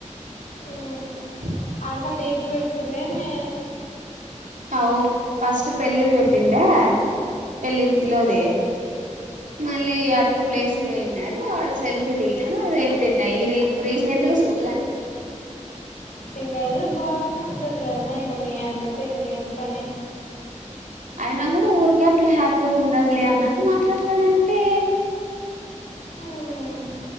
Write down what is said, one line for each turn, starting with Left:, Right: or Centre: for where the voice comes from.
Left: ఉమ్.
Right: <unintelligible>
Left: ఆయమ్మ డీపీ పెట్టుకుంది ఏమి
Right: ఔ ఫస్ట్ పెళ్ళిది పెట్టుండే పెళ్ళిలోదే మళ్ళీ అటుకు ప్లేసు పోయినారు ఆడ సెల్ఫీ తిగినారు అది ఐపోయింది రీసెంట్ గా చూడ లే
Left: ఇంగ ఇ బాగానే ఉంటుందిలేమ్మ ఇంగ మీ అన్నతో ఇం ఏం పనీ
Right: అయినా కూడా ఊరికే అట్లా హ్యాపీ ఉండాది లే అన్నట్టు మాట్లాడతాడంటే
Left: ఉమ్.